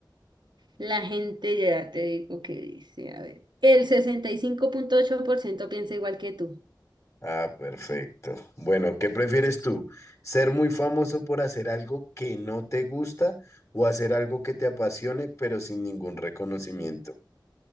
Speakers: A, on the right; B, on the left.
A: La gente ya te digo que dice, a ver, el sesenta y cinco punto ocho por ciento piensa igual que tú.
B: Ah, perfecto. Bueno, ¿qué prefieres tú? ¿Ser muy famoso por hacer algo que no te gusta o hacer algo que te apasione pero sin ningún reconocimiento?